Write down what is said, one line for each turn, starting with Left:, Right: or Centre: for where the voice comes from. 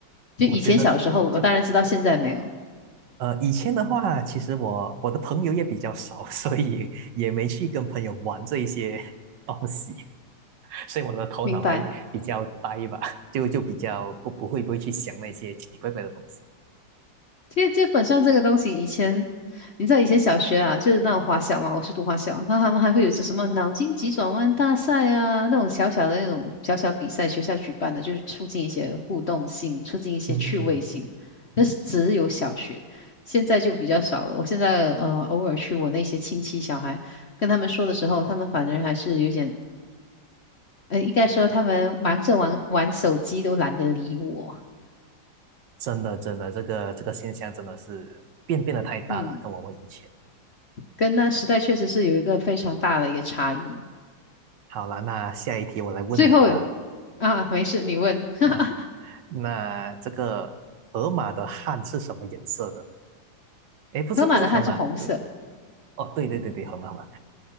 Left: 就以前小时候，
Right: 我觉得呃就
Left: 我当然知道，现在没有，
Right: 呃，以前的话，其实我我的朋友也比较少，<laughs> 所以也没去跟朋友玩这一些 <laughs> 东西，所以我的头脑还比较呆吧，
Left: 明白。
Right: <laughs> 就就比较不不会不会去想那些奇奇怪怪的东西。
Left: 其实基本上这个东西，以前你知道以前小学啊，就是那种华小嘛，我是读华小，那他们还会有些什么脑筋急转弯大赛啊，那种小小的那种小小比赛，学校举办的，就是促进一些互动性，促进一些趣味性。
Right: 嗯，
Left: 那是只有小学，现在就比较少了。我现在呃偶尔去我那些亲戚小孩跟他们说的时候，他们反而还是有点，呃，应该说他们忙着玩玩手机都懒得理我。
Right: 真的真的，这个这个现象真的是变变得太大了，
Left: 嗯。
Right: 跟我们以前。
Left: 跟那时代确实是有一个非常大的一个差异。
Right: 好了，那下一题我来问你吧。
Left: 最后啊，没事，你问，
Right: 呃，
Left: <laughs>
Right: 嗯，那这个河马的汗是什么颜色的？诶，不是不是河马，
Left: 河马的汗是红色，
Right: 是哦，对对对对，河马河马。